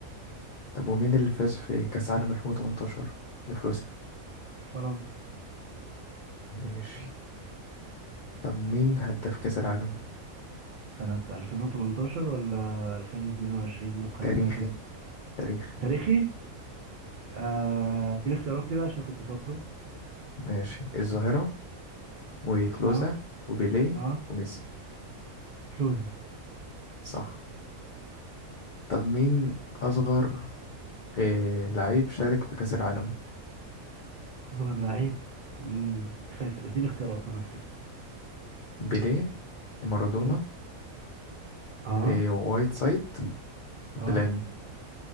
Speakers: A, on the left (about 85°); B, on the right (about 80°).
A: طب ومين اللي فاز في كاس عالم 2018 لفروسيا
B: فرنسا
A: ماشي طب مين هداف كاس العالم
B: سنه 2018 ولا 2022 النسخه
A: تاريخي
B: اللي فاتت
A: تاريخ
B: تاريخي آه اديني اختيارات كده عشان كنت فاكره
A: ماشي الظاهره وكلوزا
B: اه
A: وبيليه
B: اه
A: وميسي
B: كلوزا
A: صح طب مين اصغر إيه لعيب شارك في كاس العالم
B: اصغر لعيب امم كنت فاكر اديني اختيارات وانا افتكر
A: بيليه مارادونا
B: امم اه
A: إيه وايت سايد بلان
B: اه